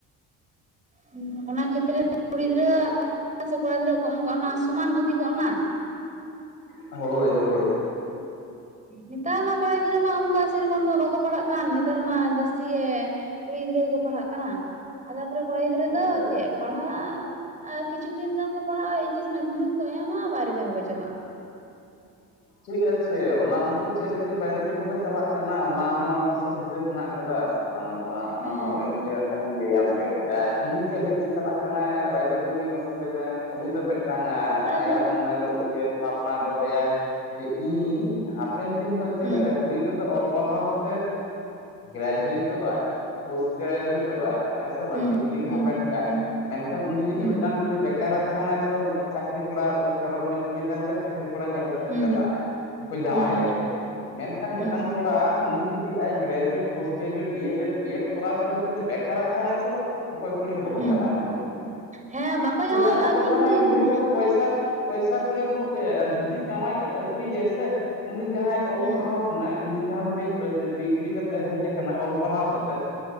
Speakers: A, on the right; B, on the left.
A: ᱦᱩᱸᱻ ᱚᱱᱟ ᱠᱷᱮᱛᱨᱮ ᱨᱮ ᱠᱩᱲᱤ ᱜᱤᱫᱽᱨᱟᱹᱣᱟᱜ ᱥᱮ ᱠᱚᱲᱟ ᱜᱤᱫᱨᱟᱹ ᱠᱚ ᱮᱢ ᱟᱠᱟᱫ-ᱟ ᱚᱱᱟ ᱥᱚᱢᱟᱱ ᱚᱫᱷᱤᱠᱟᱟᱜᱼᱟ ᱚᱱᱟ?
B: ᱦᱚᱭ ᱦᱚᱭ ᱾
A: ᱱᱮᱛᱟᱨ ᱢᱟ ᱠᱚᱲᱟ ᱜᱤᱫᱽᱨᱟᱹ ᱢᱟ ᱚᱱᱠᱟ ᱥᱮᱨᱚᱠᱚᱢ ᱫᱚ ᱵᱟᱠᱚ ᱯᱟᱲᱦᱟᱜ ᱠᱟᱱ ᱱᱮᱛᱟᱨ ᱢᱟ ᱡᱟᱹᱥᱛᱤ ᱜᱮ ᱠᱩᱲᱤ ᱜᱤᱫᱽᱨᱟᱹ ᱜᱮᱠᱚ ᱯᱟᱲᱦᱟᱜ ᱠᱟᱱᱟ <inaudible> ᱟᱨ ᱛᱟᱨᱯᱚᱨᱮ ᱠᱚᱲᱟ ᱜᱤᱫᱽᱨᱟᱹ
B: ᱟᱪᱪᱷᱟ
A: ᱫᱚ ᱪᱮᱫ ᱯᱟᱲᱦᱟᱜ ᱠᱤᱪᱷᱩ ᱫᱤᱱ ᱜᱮᱠᱚ ᱯᱟᱲᱦᱟᱜᱼᱟ ᱮᱭᱤᱪᱮᱥ ᱢᱟᱫᱽᱫᱷᱚᱢᱤᱠ ᱠᱚ ᱮᱢᱟ ᱵᱟᱭᱨᱮ ᱠᱟᱹᱢᱤ ᱠᱚ ᱪᱟᱞᱟᱜᱼᱟ ᱾
B: ᱴᱷᱤᱠ ᱟᱪᱷᱮ ᱚᱱᱟ ᱩᱱᱠᱩ ᱪᱮᱫ ᱞᱮᱜᱤ ᱵᱟᱭᱨᱮ ᱠᱟᱹᱢᱤ ᱠᱚ ᱪᱟᱞᱟᱜ ᱠᱟᱱᱟ ᱚᱱᱟ ᱦᱚᱸ ᱱᱟᱥᱮ ᱫᱤᱥᱟᱹ ᱦᱮᱱᱟᱜ ᱟᱠᱟᱫᱟ ᱾ ᱵᱟᱹᱱᱩᱜᱼᱟ ᱚᱱᱟ
A: ᱦᱮᱸ
B: ᱦᱚᱸ ᱤᱧ ᱫᱚ ᱦᱟᱸᱜ ᱠᱷᱟᱱᱤᱧ ᱞᱟᱹᱭᱟᱢ ᱜᱮ ᱩᱱᱤ ᱪᱮᱫ ᱞᱟᱹᱜᱤᱫ ᱪᱟᱞᱟᱜ ᱠᱟᱱᱟᱭ ᱵᱟᱭᱨᱮ ᱠᱟᱹᱢᱤ ᱢᱟᱥᱮ ᱞᱮᱢᱮ ᱩᱱᱤ ᱫᱚ ᱢᱤᱫᱴᱟᱝ
A: ᱟᱫᱚ
B: ᱟᱭᱟᱜ ᱢᱚᱱᱮ ᱨᱮ ᱩᱭᱦᱟᱹᱨ ᱵᱷᱟᱵᱽᱱᱟ ᱫᱚᱦᱚᱭᱟᱭ ᱡᱮ ᱤᱧ ᱦᱟᱯᱮᱱ ᱫᱤᱱ ᱫᱚ ᱪᱮᱫ
A: ᱦᱩᱸ
B: ᱞᱮᱠᱟ ᱠᱩᱲᱤ ᱜᱤᱫᱨᱟᱹ ᱚᱞ ᱯᱟᱲᱦᱟᱣ ᱠᱟᱛᱮᱮᱫ ᱜᱨᱮᱡᱩᱣᱮᱴᱚᱜ-ᱟᱭ <inaudible> ᱯᱚᱥᱴ ᱜᱨᱮᱡᱩᱣᱮᱴᱚᱜ-ᱟᱭ᱾ ᱦᱮᱸ ᱥᱮ ᱵᱟᱝ
A: ᱦᱩᱸ
B: ᱰᱤᱜᱽᱨᱤ
A: ᱦᱩᱸ
B: ᱜᱮ ᱦᱟᱢᱮᱴ ᱠᱟᱭ
A: ᱦᱩᱸ
B: <inaudible> ᱢᱮᱱᱠᱷᱟᱱ ᱩᱱᱤ ᱡᱩᱫᱤ
A: ᱦᱩᱸ
B: ᱢᱤᱫᱴᱟᱝ ᱠᱩᱲᱤ ᱵᱮ ᱵᱮᱠᱟᱨ ᱨᱮᱭ ᱛᱟᱦᱮᱱᱟᱭ ᱥᱮ ᱵᱟᱝ ᱢᱤᱫᱴᱟᱝ ᱪᱟᱹᱠᱨᱤ ᱠᱚᱲᱟ ᱪᱚᱨᱚᱠ ᱧᱚᱜ ᱠᱩᱲᱤ ᱛᱟᱦᱮᱱᱟ ᱪᱟᱹᱠᱨᱤ ᱠᱚᱲᱟ ᱧᱮᱞ ᱠᱟᱛᱮ
A: ᱦᱩᱸ
B: ᱪᱟᱞᱟᱜ ᱟᱭ <inaudible> ᱥᱮᱠᱚ ᱡᱟᱣᱟᱭᱟᱠᱚ
A: ᱦᱩᱸ
B: ᱾ ᱢᱮᱱᱠᱷᱟᱱ
A: ᱦᱩᱸ
B: ᱢᱤᱫᱴᱟᱝ ᱠᱚᱲᱟ ᱩᱱᱤ ᱡᱩᱫᱤ ᱟᱡ ᱜᱨᱮᱡᱩᱭᱮᱴ ᱯᱚᱥᱴ ᱜᱨᱮᱡᱩᱭᱮᱴ ᱰᱤᱭᱮᱞᱮᱴ ᱵᱤᱭᱮᱰ ᱠᱚᱨᱟᱣ ᱠᱟᱛᱮ ᱡᱩᱫᱤ <unintelligible> ᱛᱟᱦᱮᱱᱟᱭ ᱥᱮ ᱚᱠᱚᱭ ᱠᱩᱲᱤ ᱦᱚ ᱵᱟᱠᱚ
A: ᱦᱩᱸ
B: ᱡᱟᱣᱟᱭᱚᱜ-ᱟ ᱩᱱᱤ ᱴᱷᱮᱱ
A: ᱦᱮᱸ
B: ᱾
A: ᱵᱟᱠᱚ ᱡᱟᱶᱟᱭᱚᱜᱼᱟ
B: ᱪᱮᱫᱟᱜ ᱵᱟᱠᱚ
A: ᱠᱤᱱᱛᱩ
B: ᱡᱟᱣᱟᱭᱟᱠᱚ
A: ᱦᱩᱸ
B: ᱱᱩᱭ ᱫᱚ ᱯᱚᱭᱥᱟ ᱯᱚᱭᱥᱟ ᱠᱩᱲᱤ ᱵᱟᱹᱱᱩᱜ ᱛᱟᱭᱟ ᱟᱨ ᱡᱩᱫᱤ ᱡᱟᱶᱟᱭ ᱠᱟᱛᱮ ᱟᱹᱜᱩᱭᱟᱭ ᱥᱮ ᱩᱱᱤ ᱡᱟᱦᱟᱸᱭ ᱚᱞ
A: ᱦᱩᱸ
B: ᱯᱟᱲᱦᱟᱣ ᱠᱟᱱᱟᱭ ᱩᱱᱤ ᱡᱟᱦᱟᱸᱢ ᱞᱟᱹᱭᱮᱫ ᱫᱚ ᱡᱮ ᱰᱤᱜᱽᱨᱤ ᱠᱟᱛᱮ ᱦᱮᱡ ᱟᱠᱟᱱᱟ ᱚᱞ ᱯᱟᱲᱦᱟᱣ ᱠᱟᱛᱮ